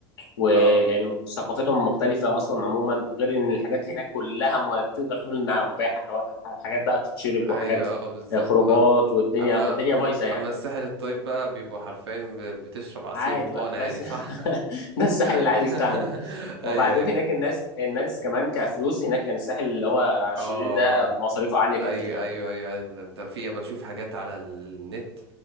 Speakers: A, on the left (about 70°); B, on the right (about 80°).
A: ويعني
B: اه
A: ثقافتهم مختلفه اصلا عموما غير ان الحاجات هناك كلها م... تقدر تقول انها مباحه كوا- حاجات بقى تتشرب
B: ايوه
A: وحاجات
B: اه بالظبط
A: آه، خروجات
B: اه
A: والدنيا
B: اما
A: الدنيا
B: اما
A: بايظه يعني
B: اما الساحل الطيب بقى بيبقوا حرفيا ب- بتشرب عصير
A: عادي
B: برتقال
A: بقى
B: عادي
A: ده الس-
B: صح
A: <laughs> ده الساحل العادي
B: <laughs>
A: بتاعنا ده وبعدين
B: ايوه ايوه
A: هناك الناس الناس كمان كفلوس هناك يعني الساحل اللي هو على الشرير
B: اه
A: ده مصاريفه عالية جدا
B: ايوه
A: يعني
B: ايوه ايوه انت في بشوف حاجات على النت